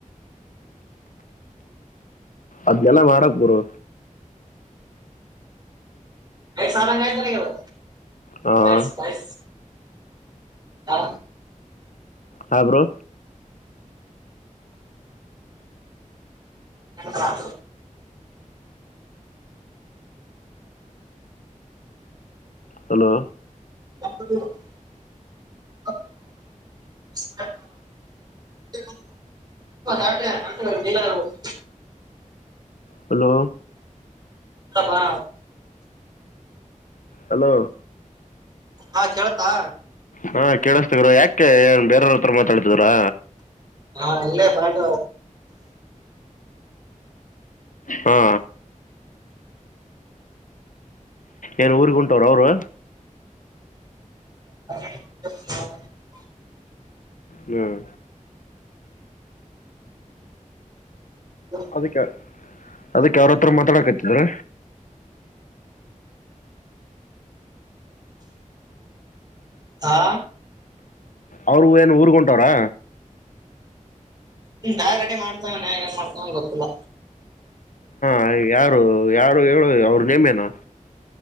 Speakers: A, on the left; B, on the right.
A: ಅದ್ಗೆಲ್ಲ ಮಾಡಕ್ ಬುರು
B: ಕ ಸಾರಂಗಾಯತನೆಗೆ ಬ
A: ಹಾಂ
B: ಕಸ್ ಕಸ್ ಹಾ
A: ಹಾಬ್ರು
B: ಹಾ
A: ಹಲೋ
B: ಹಾ <unintelligible> ಹ
A: ಹಲೋ
B: ಹವಾ
A: ಹಲೋ
B: ಹಾ ಕಳ್ತಾ
A: ಹಾ ಕೇಳಿಸಸ್ತ್ ಯಾಕೆ ಏನ್ ಬೇರ್ರ ಹತ್ರ ಮಾತಾಡ್ತಿದ್ರಾ
B: ಹಾ ಇಲ್ಲೇ ಪರಾಟ
A: ಹಾ ಏನ್ ಊರ್ಗ್ ಉಂಟೋರು ಅವ್ರು
B: ಹ
A: ಹ್ಮ್
B: ಹ
A: ಅದಕ್ಕೆ ಅದಕ್ ಯ್ರ ಹತ್ರ ಮಾತಾಡಕತ್ತಿದ್ರ
B: ಹಾ
A: ಅವ್ರರು ಏನ್ ಊರ್ಗ ಹೊಂಟವ್ರಾ
B: <unintelligible> ರೆಡಿ ಮಾಡ್ತವ ಏನ್ ಮಾಡ್ತವ ಗೊತ್ತಿಲ್ಲ
A: ಹ ಯಾರು ಯಾರು ಹೇಳು ಅವ್ರ ನೇಮೇನ